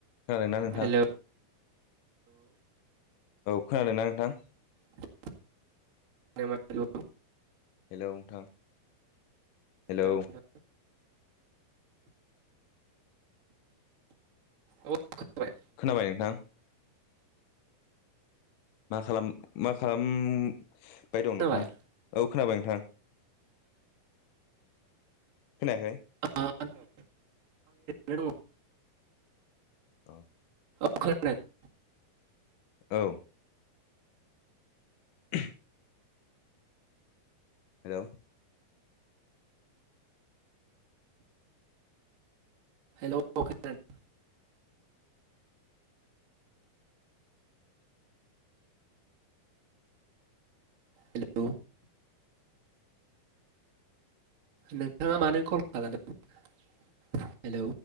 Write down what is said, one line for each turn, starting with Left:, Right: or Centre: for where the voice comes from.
Left: खोनादोंना नोंथां
Right: हेलौ
Left: औ खोनादों ना नोंथां
Right: खोनादोंना हेलौ
Left: हेलौ नोंथां हेलौ
Right: नोंथां औ दासो खोनादों औ खोनाबाय
Left: खोनाबाय नोंथां मा खालाम मा खालामबायदं
Right: खोनाबाय
Left: नोंथां औ खोनाबाय नोंथां खोनायाखै
Right: ओ आं ओरैनो दङ
Left: औ
Right: औ खोनादों
Left: औ <unintelligible> हेलौ
Right: हेलौ औ खोनादों हेलौ नोंथाङा मानो कल खालामामोन हेलौ